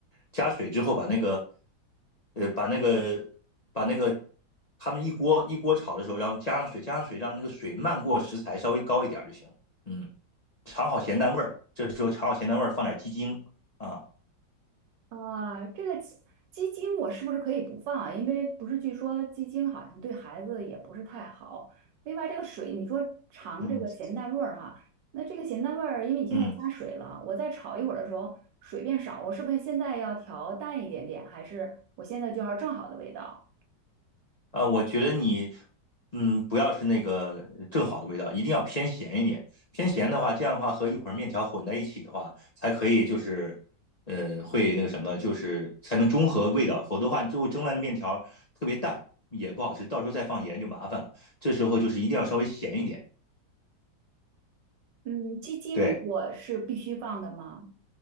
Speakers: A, on the left (about 45°); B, on the right (about 70°).
A: 加水之后把那个，呃，把那个把那个他们一锅一锅炒的时候，然后加上水，加上水，让那个水漫过食材，稍微高一点就行。嗯，尝好咸淡味儿，这时候尝好咸淡味儿，放点鸡精啊，
B: 啊，这个鸡鸡精我是不是可以不放啊？因为不是据说鸡精好像对孩子也不是太好。另外，这个水你说尝这个咸淡味儿哈，
A: 嗯
B: 那这个咸淡味儿，因为你现在加水了，
A: 嗯。
B: 我再炒一会儿的时候水变少，我是不是现在要调淡一点点，还是我现在就要正好的味道？
A: 呃，我觉得你，嗯，不要是那个正好的味道，一定要偏咸一点。偏咸的话，这样的话和一会儿面条混在一起的话，才可以就是，呃，会那个什么，就是才能中和味道。否则的话，你最后蒸来的面条特别淡，也不好吃，到时候再放盐就麻烦了。这时候就是一定要稍微咸一点，
B: 嗯，鸡精我是必须放的吗？
A: 对，